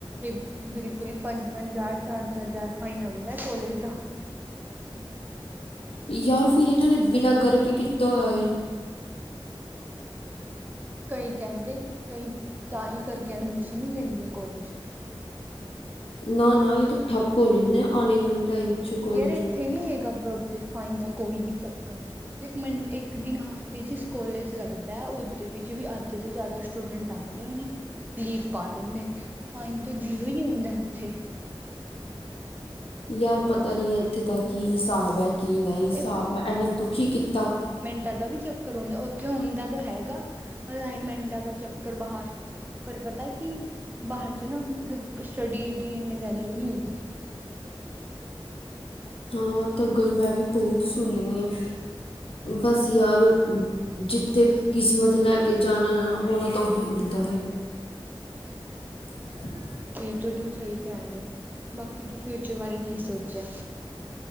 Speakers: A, on the right; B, on the left.
A: ਫ ਬਿਲਕੁਲ ਈ ਪੰਜ-ਪੰਜ ਹਜਾਰ, ਚਾਰ-ਚਾਰ ਹਜ਼ਾਰ ਫਾਈਨ ਆਉਂਦਾ ਕੌਲਜ ਦਾ।
B: ਯਾਰ ਫੇਰ ਏਨਾਂ ਨੇ ਬੇੜਾ ਗਰਗ ਈ ਕੀਤਾ ਹੋਇਆ ਏ।
A: ਕਈ ਕਹਿੰਦੇ ਕਈ ਤਾਂ ਈ ਕਰਕੇ ਐਡਮਿਸ਼ਨ ਨੀ ਲੈਂਦੇ ਆਂ ਕੋਲਜ ਚ
B: ਨਾ-ਨਾ ਏ ਤਾਂ ਠੱਪ ਹੋਣੇ ਨੇ ਆਣੇ ਵਾਲੇ ਟਾਈਮ ਚ ਕਾਲਜ
A: ਯਾਰ ਇੱਥੇ ਨੀ ਹੈਗਾ ਪ੍ਰਭਜੀਤ ਫਾਈਨ ਦਾ ਕੋਈ ਵੀ ਚੱਕਰ ਦੇਖ ਮੇਂਟ ਇੱਕ ਦਿਨ ਹਫ਼ਤੇ ਚ ਕੋਲੇਜ ਲੱਗਦਾ ਉਦੇ ਵਿੱਚ ਜਿਵੇ ਅੱਧ ਤੋਂ ਜ਼ਿਆਦਾ ਸਟੂਡੈਂਟ ਆਂਦੇ ਏ ਨੀ। ਲੀਫ ਪਾ ਦੇਨੇ ਆ, ਫਾਈਨ ਤੇ ਜ਼ੀਰੋ ਹੀ ਹੁੰਦਾ ਏਥੇ।
B: ਯਾਰ ਪਤਾ ਨੀ ਏਥੇ ਦਾ ਕੀ ਹਿਸਾਬ ਐ, ਕੀ ਨਈ ਹਿਸਾਬ
A: ਇਹ
B: ਐ, ਐਨੇ ਦੁਖੀ ਕੀਤਾ ਪਿਆ ਐ।
A: ਤੁਆਡਾਵੀ ਚੱਕਰ ਹੁੰਦਾ ਉੱਥੇ ਹੁੰਦਾ ਤੋ ਹੈਗਾ, ਅਸਾਈਨਮੈਂਟਾਂ ਦਾ ਚੱਕਰ ਬਾਹਰ। ਪਰ ਪਤਾ ਕੀ ਬਾਹਰ ਚ ਨਾ ਮਤਲਬ, ਸਟੱਡੀ ਦੀ ਏਨੀ ਵੈਲਊ ਨੀ ਹੁੰਦੀ।
B: ਹਾਂ ਤੇ ਗਲ ਮੈਂ ਵੀ ਬਹੁਤ ਸੁਣੀਐ ਬਸ ਯਾਰ ਊ ਜਿੱਥੇ ਕਿਸਮਤ ਲੈ ਕੇ ਜਾਨਾ ਨਾ, ਹੋਨਾ ਤਾਂ ਉਹੀ ਹੁੰਦਾ ਹੈ। <unintelligible>
A: ਏ ਤਾ ਤੂੰ ਸਹੀ ਕਿਆ ਏ, ਬਾਕੀ ਤੂੰ ਫਿਊਚਰ ਬਾਰੇ ਕੀ ਸੋਚਿਆ?